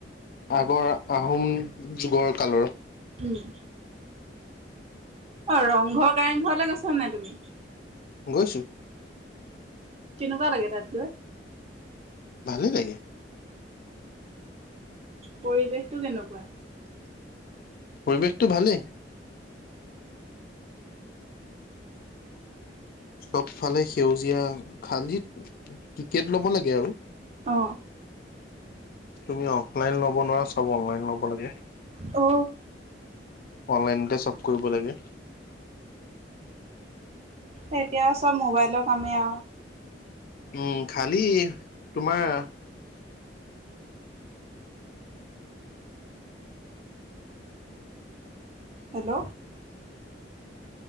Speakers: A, on the left; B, on the right.
A: আগৰ আহোম যুগৰ কালৰ।
B: উম, অ, ৰংঘৰ কাৰেংঘৰলৈ গৈছা নাই তুমি?
A: গৈছো।
B: কেনেকুৱা লাগে তাত গৈ?
A: ভালে লাগে।
B: পৰিৱেশতটো কেনেকুৱা?
A: পৰিৱেশটো ভালেই। চবফালে সেউজীয়া খালিত টিকেট ল'ব লাগে। আৰু
B: অ,
A: তুমি অফলাইন ল'ব নোৱাৰা চাব অনলাইন ল'ব লাগে।
B: অ,
A: অনলাইনতে চ'ব কৰিব লাগে।
B: তেতিয়া চ'ব মোবাইলৰ কামে আৰু।
A: উম, খালি তোমাৰ।
B: হেল্ল,